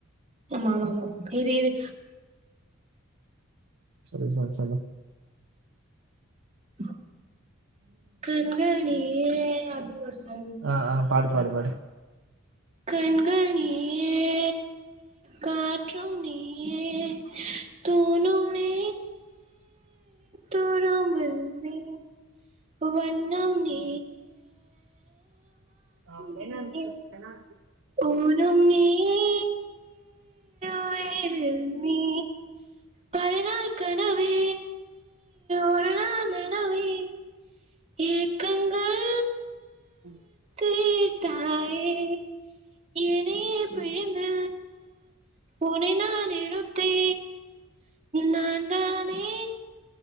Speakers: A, on the right (about 30°); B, on the right (about 60°).
A: ஆமாமாமா இரு இரு
B: சொல் சொல் சொல்லு
A: <inaudible> கண்கள் நீயே அப்டின் ஒரு சாங்
B: ஆ ஆ பாடு பாடு பாடு
A: கண்கள் நீயே காற்றும் நீயே தூணும் நீ துறும்பில் நீ வண்ணம் நீ
B: ஆ ஃபைனான்ஸு
A: நீயே
B: வேணா
A: ஊனும் நீ நீ உயிரில் நீ பலநாள் கனவே ஒரு நாள் நனவே ஏக்கங்கள்
B: உஹம்
A: தீர்த்தாயே எனையே பிழிந்து உனை நான் எடுத்தே நான் தானே